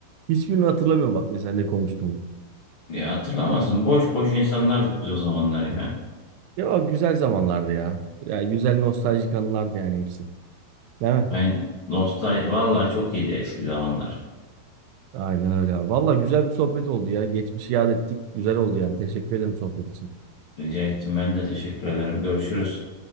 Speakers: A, on the right; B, on the left.
A: Hiçbirini hatırlamıyorum bak mesela ne konuştuğumu.
B: Ya hatırlamazsın. Boş boş insanlardık biz o zamanlar ya.
A: Ya o güzel zamanlardı ya. Yani güzel nostaljik anılardı yani hepsi. Değil mi?
B: Aynen. Nostal, vallahi çok iyiydi eski zamanlar.
A: Aynen öyle abi. Valla güzel bir sohbet oldu ya. Geçmişi yad ettik. Güzel oldu yani. Teşekkür ederim sohbet için.
B: Rica ettim ben de teşekkür ederim. Görüşürüz.